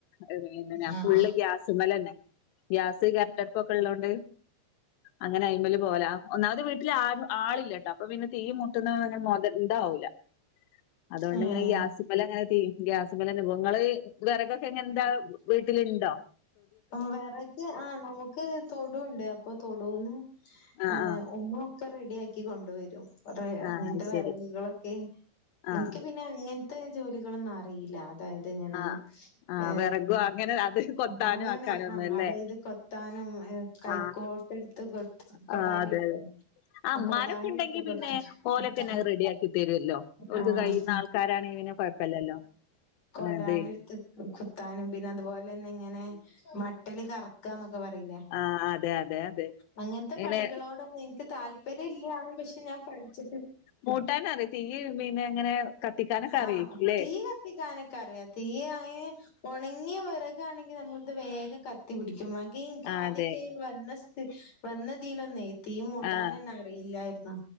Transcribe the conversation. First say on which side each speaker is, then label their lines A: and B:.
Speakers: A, on the left; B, on the left.
A: ഏ ഞാൻ
B: ആ
A: ഫുള്ള് ഗ്യാസ് മലന്നെ ഗ്യാസ് കരന്റട്പ്പ് ഒക്കെ ഉള്ളോണ്ട് അങ്ങനെ അയ്മല് പോവലാ ഒന്നാമത് വീട്ടില് ആ ആളില്ലട്ടോ അപ്പൊ പിന്നെ തീ മുട്ടുന്ന മേത ഇതാവൂല അതുകൊണ്ടിങ്ങനെ
B: ആ
A: ഗ്യാസ്മ്മലങ്ങനെ തീ ഗ്യാസിമ്മലന്നെപ്പൊ ഇങ്ങളീ വെറ കൊക്കെ എങ്ങൻന്താ വീട്ടിലിണ്ടോ
B: ആഹ് വെറക് ആഹ് നമു ക്ക് തൊടുണ്ട് അപ്പൊ തൊടൂന്ന്
A: ആഹ്
B: ഏ
A: ആഹ്
B: ഉമ്മു ഒക്കെ റെഡി ആക്കി കൊണ്ടുവരും കെറേ
A: ആഹ്
B: അങ്ങൻത്തെ
A: അത് ശരി
B: വെറക് കളൊക്കെ
A: ആഹ്
B: ഇൻക്ക് പി ന്നെ അങ്ങൻത്തെ ജോലികളൊന്നും അറീല്ല അതായ തിങ്ങനെ
A: ആഹ് ആഹ്
B: ഏ
A: വെറകും അങ്ങനെ അത് കൊത്താനും
B: അങ്ങനെ
A: ആക്കാനും
B: ആ
A: ഒന്നും അല്ലേ
B: അതായത് കൊത്താനും കൈക്കോട്ട്
A: ആഹ്
B: ഇട്ത്ത് കൊ കൊടാലി
A: ആഹ് അതെ
B: ഇടത്തേ
A: അതെ ആഹ് ഇമ്മാരൊക്കെ
B: കൊടാളി
A: ഇണ്ടെങ്കി
B: എടുത്ത് പൊട്ടിച്ച്
A: പിന്നെ ഓലൊക്കെന്നെ
B: ആഹ്
A: റെഡിയാക്കി തരുവല്ലോ ഓൽക്ക്
B: ആഹ്
A: കഴിയുന്ന ആൾക്കാരാണെങ്കി പിന്നെ കൊഴപ്പല്ലല്ലോ
B: കൊടാലി
A: അതെ
B: എ കുത്താനും പിന്നെ അതുപോലെ തന്നെ ഇങ്ങനെ മട്ടൽ കറക്കന്നൊക്കെ പറയില്ലേ
A: ആഹ് അതെ അതെ അതെ
B: അങ്ങനത്തെ
A: ഇങ്ങനെ
B: പണികളോടൊന്നും എനിക്ക് താല്പര്യം ഇല്ലാണ് പക്ഷെ ഞാൻ പഠിച്ച
A: മൂട്ടാന അറിയ തീ മീനെ ഇങ്ങനെ കത്തിക്കാനൊക്കെ അറിയിക്കുംല്ലേ
B: ആഹ് തീ കത്തിക്കാാനൊക്കെ അറിയാം തീ അയ്ന് ഒണങ്ങിയ വിറകാണെങ്കി നമ്മളിത് വേഗം കത്തി പിടിക്കും ബാക്കി എനിക്ക്
A: ആഹ്
B: ആദ്യൊക്കെ
A: അതെ
B: വന്ന സ ത്ത് വന്നതിലൊന്നേ തീ മൂട്ടാനന്നെ
A: ആഹ്
B: അറിയില്ലായിന്ന്